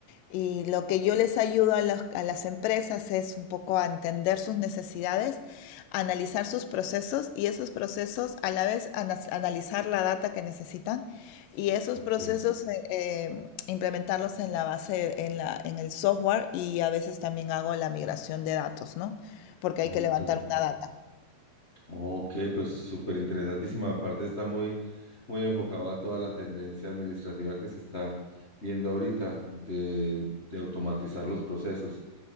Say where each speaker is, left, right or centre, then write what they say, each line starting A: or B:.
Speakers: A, on the left; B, on the left.
A: Y lo que yo les ayudo a, las a las empresas es un poco a entender sus necesidades, analizar sus procesos y esos procesos a la vez ana- analizar la data que necesitan y esos
B: ok,
A: procesos eh, eh, implementarlos en la base, en la, en el software y a veces también hago la migración de datos, ¿no? porque
B: ok,
A: hay que levantar una data.
B: ok, pues súper interesantísima. Aparte está muy, muy enfocado a toda la tendencia administrativa que se está viendo ahorita de, de automatizar los procesos.